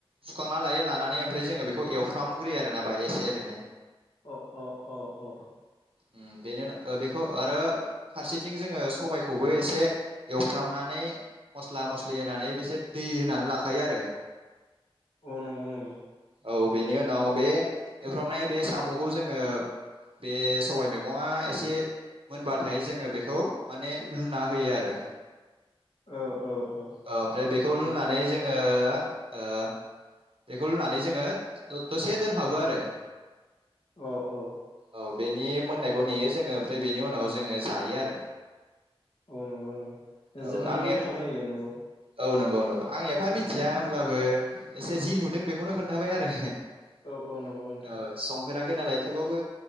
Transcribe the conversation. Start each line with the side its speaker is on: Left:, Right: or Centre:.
Right: सुखांना लायो लानानै ओमफ्राय जोङो बेखौ एवफ्रामग्रोयो आरोना बाहाय एसे ओरैनो।
Left: अ अ अ अ।
Right: उम बेनि उन ओ बेखौ आरो फारसेथिं जोङो सबायखौबो एसे एवफ्रामनानै मस्ला मस्लि होनानै बेसे दै होनानै लाखायो आरो।
Left: औ नंगौ नंगौ।
Right: औ बेनि उनाव बे एवफ्रामनाय बे साम'खौ जोङो बे सबाय मैगङा एसे मोनबाथाय जोङो बेखौ माने लुना होयो आरो।
Left: औ औ औ
Right: ओ ओमफ्राय बेखौ लुनानै
Left: उम
Right: जोङो ओ बेखौ लुनानै जोङो दसे दोनहाबो आरो।
Left: अ औ।
Right: औ बेनि मोननायखौ नेयो जोङो ओमफ्राय बेनि उनाव जोङो जायो आरो।
Left: औ नंगौ नंगौ।
Right: औ
Left: जोबोरैनो
Right: आं एफा
Left: गोथाव जायो नंगौ।
Right: औ नंगौ नंगौ आं एफा मिथिया होमब्लाबो एसे जि नुदों बेखौ बेखौनो खोन्थाबाय आरो
Left: औ औ नंगौ नोंथां
Right: संफेराखै नालाय थेवबाबबो